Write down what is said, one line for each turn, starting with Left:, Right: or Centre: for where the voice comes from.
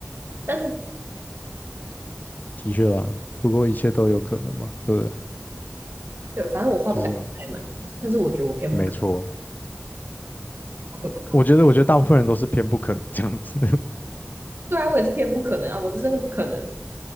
Right: 但是
Left: 的确啦，不过一切都有可能嘛，对不对？
Right: 对，反正我话不敢讲太满，
Left: 就是
Right: 但是我觉得我偏不可能，
Left: 没错，
Right: 好可怕。
Left: 我觉得，我觉得大部分人都是偏不肯这样子。
Right: 对啊，我也是偏不可能啊，我是真的不可能。